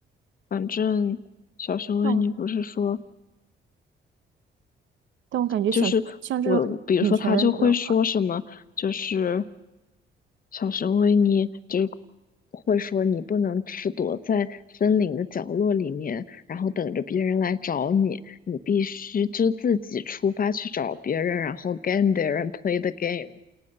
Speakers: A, on the left; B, on the right.
A: 反正小熊维尼不是说，
B: 但我但我感觉小像这种以前的人画，
A: 就是我，比如说他就会说什么，就是小熊维尼就会说你不能只躲在森林的角落里面，然后等着别人来找你，你必须就自己出发去找别人，然后 get there and play the game，